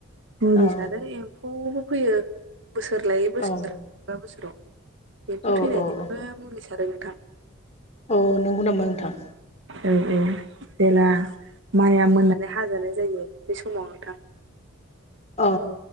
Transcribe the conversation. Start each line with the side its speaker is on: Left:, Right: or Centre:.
Right: मुलिस
Left: औ
Right: आरो एम्फौबो फैयो बोसोर लायै बोसोर
Left: औ
Right: माबा बोसोराव बेफोर
Left: औ
Right: थैनायनिबो
Left: औ औ
Right: मुलि सारो थां
Left: औ नंगौ नामा नोंथां
Right: औ औ जेला माइया मोननानै हाजानाय जायो बे समाव नोंथां
Left: अ